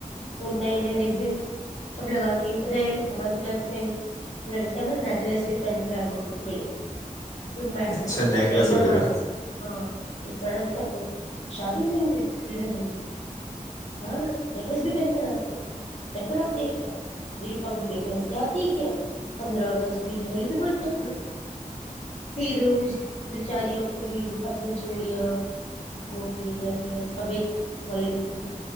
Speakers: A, on the left; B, on the left.
A: تننے ریبنس سب لگا کے بتیں ہمارے کلاس لڑکیاں نا نیکلس بھی پہن آ جاتی تھی بڑی بڑ پھر میڈم
B: اچھا
A: سب
B: نیکلس
A: کو چھڑیا
B: وغیرہ
A: مارتی تھھی ہاں اس پرار ہم سب کو شادی نہیں م تری بہن کی ہاں نیکلیس بھی پہن کراتے ہیں پہن کراتے ہیں کیا ریپبلک ڈے میںسیا آت کیا پندرہ اگست چھبیس جنوری تو بولتے لوگ پھر اس بچاریاں پی بچوڑیاں گوٹھی نیکلس سب ایک بے ت ل